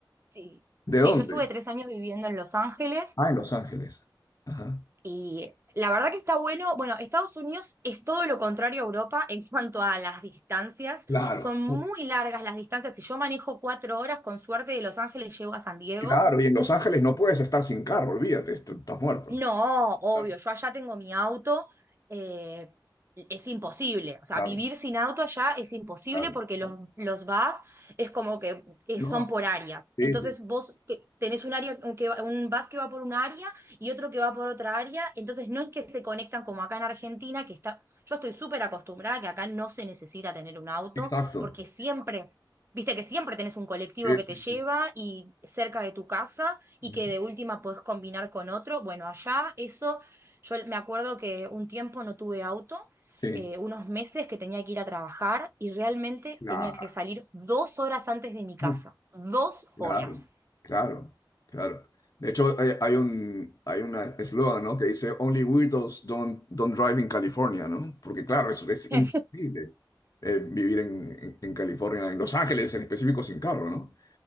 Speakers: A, on the right; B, on the left.
A: Sí.
B: ¿De
A: Sí,
B: dónde?
A: yo estuve tres años viviendo en Los Ángeles
B: Ah, en Los Ángeles. Ajá.
A: Y la verdad que está bueno. Bueno, Estados Unidos es todo lo contrario a Europa en cuanto a las distancias.
B: Claro.
A: Son muy
B: Uf.
A: largas las distancias. Si yo manejo cuatro horas, con suerte de Los Ángeles llego a San Diego.
B: Claro, y en Los Ángeles no puedes estar sin carro, olvídate, est- estás muerto.
A: No, obvio,
B: Claro,
A: yo allá tengo mi auto, eh, es imposible, o sea,
B: claro,
A: vivir sin auto allá es imposible
B: claro.
A: porque los,
B: claro.
A: los VAS es como que eh,
B: No,
A: son por áreas,
B: sí,
A: entonces
B: sí,
A: vos te- tenés un área, un, que, va- un bus que va por un área y otro que va por otra área, entonces no es que se conectan como acá en Argentina, que está, yo estoy súper acostumbrada que acá no se necesita tener un auto
B: exacto.
A: porque siempre, viste que siempre tenés un colectivo
B: Sí,
A: que
B: sí,
A: te lleva
B: sí.
A: y cerca de tu casa y
B: Ujú.
A: que de última podés combinar con otro. Bueno, allá eso, yo me acuerdo que un tiempo no tuve auto,
B: Sí,
A: eh, unos meses que tenía que ir a trabajar y realmente
B: claro,
A: tenía que salir dos horas antes de mi casa,
B: uf,
A: dos
B: claro,
A: horas.
B: claro, claro. De hecho, hay, hay un hay una eslogan, ¿no? que dice Only weirdos don't, don't drive in California, ¿no? Porque claro, es, es
A: <laughs>
B: imposible eh, vivir en, en- en California, en Los Ángeles en específico, sin carro, ¿no?